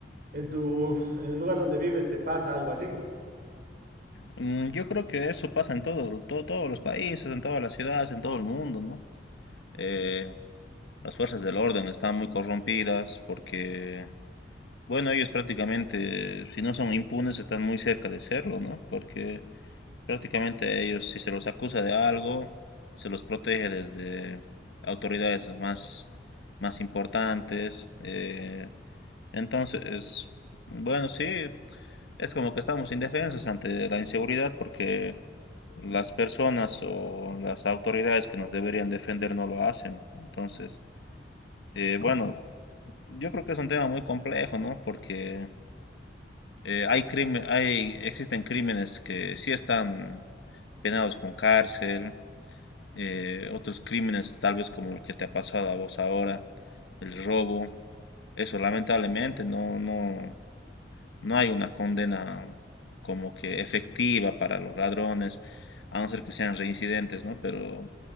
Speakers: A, on the right; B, on the left.
A: en tu en el lugar donde vives te pasa algo así.
B: Mm, Yo creo que eso pasa en todo- to- todos los países, en todas las ciudades, en todo el mundo, ¿no? Eh, las fuerzas del orden están muy corrompidas porque, bueno, ellos prácticamente, si no son impunes, están muy cerca de serlo, ¿no? Porque prácticamente a ellos, si se los acusa de algo, se los protege desde autoridades más, más importantes. eh, Entonces, bueno, sí, es como que estamos indefensos ante la inseguridad porque las personas o las autoridades que nos deberían defender no lo hacen. Entonces, eh, bueno, yo creo que es un tema muy complejo, ¿no? Porque eh, hay crimen, hay, existen crímenes que sí están penados con cárcel, eh, otros crímenes tal vez como el que te ha pasado a vos ahora, el robo. Eso lamentablemente no, no, No hay una condena como que efectiva para los ladrones, a no ser que sean reincidentes, ¿no? Pero